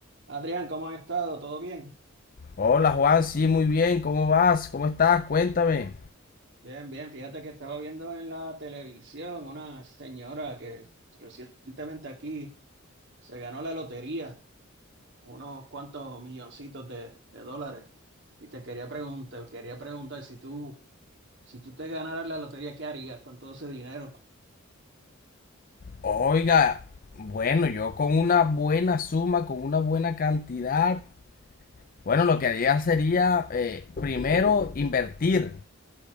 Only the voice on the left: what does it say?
Hola Juan, sí, muy bien, ¿cómo vas? ¿Cómo estás? Cuéntame.
Oiga, bueno, yo con una buena suma, con una buena cantidad, bueno, lo que haría sería eh, primero invertir.